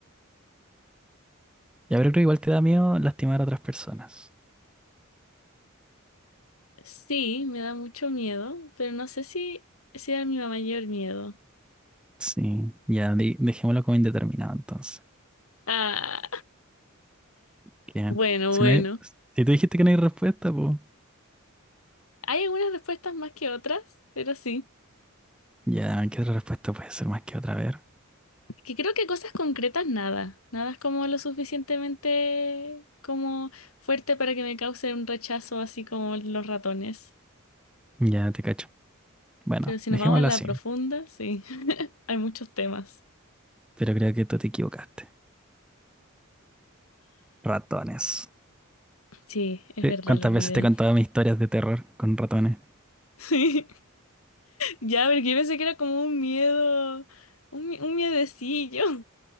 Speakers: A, in the centre; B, on the left.
A: Ya, pero creo que igual te da miedo lastimar a otras personas.
B: Sí, me da mucho miedo, pero no sé si, si era mi mayor miedo.
A: Sí, ya, de- dejémoslo como indeterminado entonces.
B: Ah,
A: Que
B: bueno,
A: si
B: bueno.
A: no hay- si tú dijiste que no hay respuesta, pues
B: Hay algunas respuestas más que otras, pero sí.
A: ya, ¿qué otra respuesta puede ser más que otra? A ver,
B: Es que creo que cosas concretas nada. Nada es como lo suficientemente como fuerte para que me cause un rechazo así como los ratones.
A: ya te cacho. Bueno,
B: Pero si
A: dejémoslo
B: nos vamos a la
A: así,
B: profunda, sí, <laughs> hay muchos temas.
A: pero creo que tú te equivocaste. Ratones.
B: Sí, es
A: Eh,
B: verdad,
A: ¿Cuántas
B: lo olvidé.
A: veces te he contado
B: <laughs>
A: mis historias de terror con ratones?
B: Sí, ya, porque yo pensé que era como un miedo, un, mi- un miedecillo,